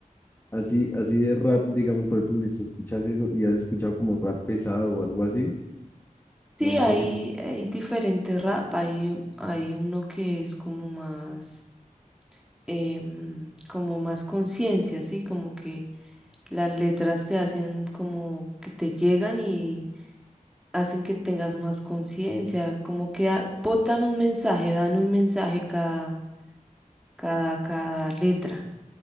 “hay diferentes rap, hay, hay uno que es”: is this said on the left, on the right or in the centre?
Centre